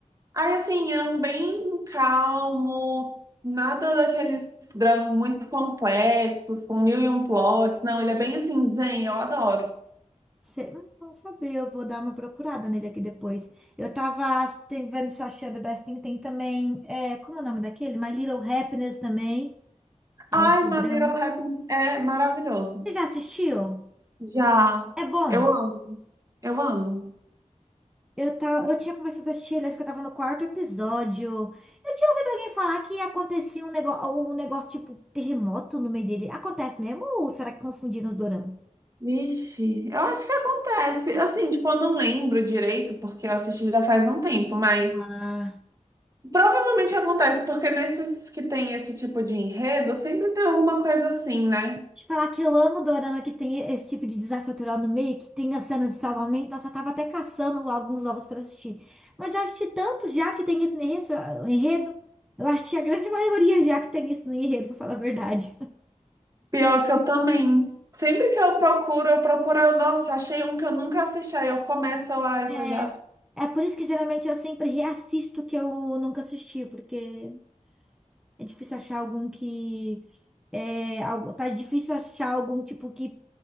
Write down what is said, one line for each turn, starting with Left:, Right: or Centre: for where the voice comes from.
Right: Aí, assim, é um bem calmo, nada daqueles dramas muito complexos, com mil e um plots. Não, ele é bem assim, zen, eu adoro.
Centre: Cê- hum, não saber, eu vou dar uma procurada nele aqui depois. Eu tava tem- vendo Shawshank The Best Thing, tem também, é, como é o nome daquele? My Little Happiness também, é
Right: Ai,
Centre: um drama.
Right: My Little Happiness é maravilhoso.
Centre: Você já assistiu?
Right: Já,
Centre: É bom.
Right: eu amo, eu amo.
Centre: Eu, tá, eu tinha começado a assistir ele, acho que eu tava no quarto episódio. Eu tinha ouvido alguém falar que acontecia um negócio, um negócio tipo terremoto no meio dele. Acontece mesmo ou será que confundiram os doramas?
Right: Vixe, eu acho que acontece. Assim, tipo, eu não lembro direito, porque eu assisti já faz um tempo, mas
Centre: Ah,
Right: provavelmente acontece, porque nesses que tem esse tipo de enredo, sempre tem alguma coisa assim, né?
Centre: Te falar que eu amo dorama que tem esse tipo de desafio cultural no meio, que tem as cenas de salvamento. Nossa, eu tava até caçando alguns novos pra assistir. Mas já assisti tantos já que tem esse enredo. enredo. Eu assisti a grande maioria já que tem isso no enredo, pra falar a verdade.
Right: Pior que eu também. Sempre que eu procuro, eu procuro, eu, nossa, achei um que eu nunca assisti, aí eu começo lá, isso
Centre: É,
Right: eu já assisti.
Centre: é por isso que geralmente eu sempre reassisto o que eu nunca assisti, porque é difícil achar algum que. É, algo- tá difícil achar algum tipo que